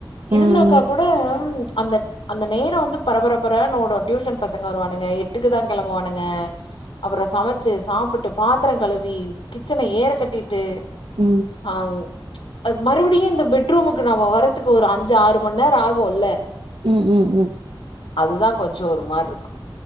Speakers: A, on the right (about 80°); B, on the left (about 75°).
A: ம்
B: இருந்தாக்கா கூட ம் அந்தட் அந்தே நேரோ வந்து பரபரப்பரேன் ஓடு டியூஷன் பசங்கெ வருவானுங்கெ எட்டுக்கு தா கிளம்புவானுங்கே அப்பறொ சமச்சி சாப்புட்டு பாத்திரங் கழவி கிச்சன ஏற கட் டிட்டு
A: ம்
B: ஆங் ச்ச் அத் மறுபுடியு இந்தெ பெட்ரூமுக்கு நாமெ வரேத் க்குதுகு ஒரு அஞ்சு ஆறு மண்நேரோ ஆகுல்ல
A: ம் ம் ம்
B: அதுதான் கொஞ்சோ ஒர் மார்ருக்கு